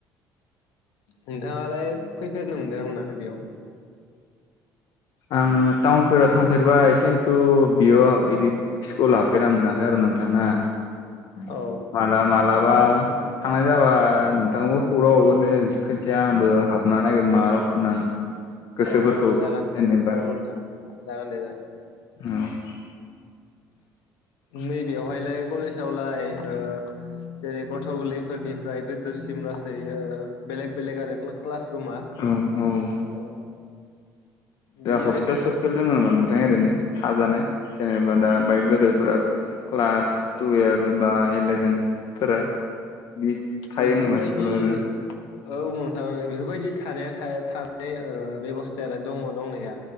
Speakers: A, on the left (about 80°); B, on the left (about 65°).
A: नोंथाङालाय फैफेरनो मोनदोंना मोनाखै बेयाव
B: आङो टाउनफोराव थांफेरबाय खिन थु बियो इदि स्कुलाव हाबफेरनो मोनाखै आरो नोंथां ना?
A: औ
B: माला मालाबा थांनाय जाबा नोंथांनावबो खौरां हरगोन दे खोनसेया आंबो हाबना नायगोन मा रखम नाङो, गोसोफोरखौ
A: औ जागोन
B: जेनेबा
A: दे औ नोंथां, जागोन दे जागोन दे।
B: औ <inaudible>
A: नै बेवहायलाय कलेजावलाय ओ जेरै गथ' गोरलै फोरनिफ्राय गोदिरसिम लासै ओ बेलेग बेलेग आरो क्लास रुमआ
B: औ औ
A: ओ
B: दा
A: बिदिनो
B: हस्टेल सस्टेल दं नामा नोंथां ओरिनो थाजानाय जेनेबा दा बाहाय गोदोरफोरा क्लास टुवेल्भ बा इलेभेनफोरा? बिदि थायो
A: बेफोरबायदि
B: नामा स्कुलाव ओरैनो
A: औ नोंथां बेफोरबायदि थानायाथ' ओ थानाय ओ बेबस्थायालाय दङ दंनाया।